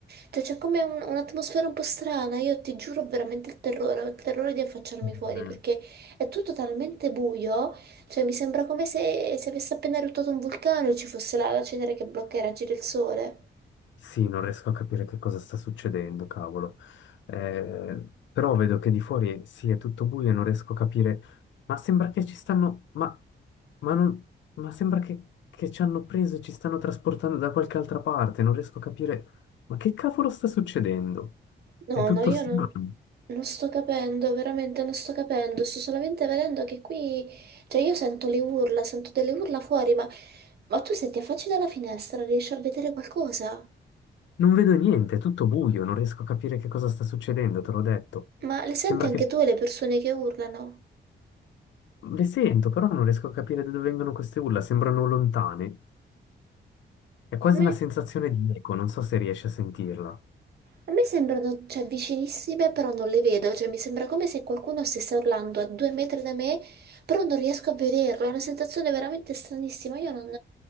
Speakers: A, on the right; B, on the left.
A: cioè, c'è come un- un'atmosfera un po' strana, io ti giuro ho veramente il terrore, ho il terrore di affacciarmi
B: Mm.
A: fuori perché è tutto talmente buio, cioè mi sembra come se, se avesse appena eruttato un vulcano e ci fosse la, la cenere che blocca i raggi del sole.
B: Sì, non riesco a capire che cosa sta succedendo, cavolo. Eh, però vedo che di fuori sì, è tutto buio e non riesco a capire. Ma sembra che ci stanno. Ma, ma non- ma sembra che, che ci hanno preso e ci stanno trasportando da qualche altra parte. Non riesco a capire. Ma che cavolo sta succedendo?
A: No,
B: È tutto
A: no, io
B: strano.
A: non, non sto capendo, veramente non sto capendo, sto solamente vedendo che qui, cioè io sento le urla, sento delle urla fuori, ma, ma tu se ti affacci dalla finestra riesci a vedere qualcosa?
B: Non vedo niente, è tutto buio, non riesco a capire che cosa sta succedendo, te l'ho detto.
A: Ma le senti
B: Sembra
A: anche
B: che
A: tu le persone che urlano?
B: le sento, però non riesco a capire da dove vengono queste urla, sembrano lontane. È quasi
A: Me?
B: una sensazione di eco, non so se riesci a sentirla.
A: A me sembrano, cioè, vicinissime, però non le vedo, cioè mi sembra come se qualcuno stesse urlando a due metri da me, però non riesco a vederlo, è una sensazione veramente stranissima, io non...